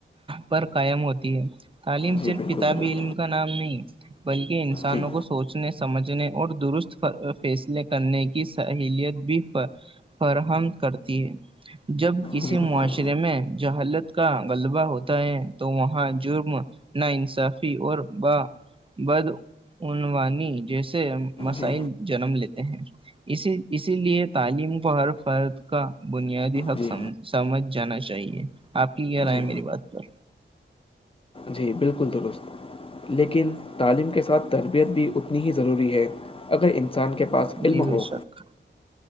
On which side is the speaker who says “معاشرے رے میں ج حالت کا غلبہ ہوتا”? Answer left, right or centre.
Right